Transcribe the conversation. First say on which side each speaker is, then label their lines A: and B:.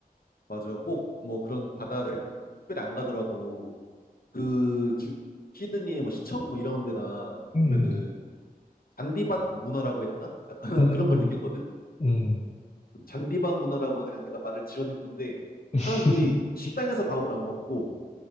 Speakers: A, on the left; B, on the left.
A: 맞아. 꼭 뭐 그런 바다를 특별히 안 가더라도 그 주- 시드니의 뭐 시청 뭐 이런 데나
B: 음,
A: 보면은 잔디밭 문화라고 해야 되나? 약간 <laughs>
B: 음,
A: 그런 걸 느꼈거든.
B: 음,
A: 잔디밭 문화라고 그냥 내가 말을 지어낸 건데
B: <laughs>
A: 사람들이 식당에서 밥을 안 먹고